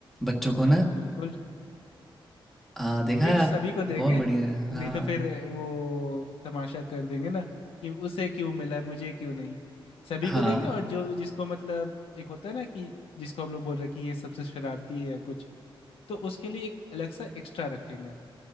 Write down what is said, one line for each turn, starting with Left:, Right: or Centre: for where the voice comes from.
Centre: बच्चों को ना
Left: बिल्कुल
Centre: अ, देखा
Left: गिफ्ट सभी
Centre: आप?
Left: को देंगे
Centre: बहुत बढ़िया।
Left: नहीं
Centre: हाँ,
Left: तो फिर वो तमाशा कर देंगे ना कि उसे क्यों मिला मुझे क्यों नहीं सभी
Centre: हाँ,
Left: को देंगे और जो जिसको मतलब एक होता है ना कि जिसको हम लोग बोल रहे हैं कि ये सबसे शरारती है या कुछ तो उसके लिए एक अलग सा एक्स्ट्रा रखेंगे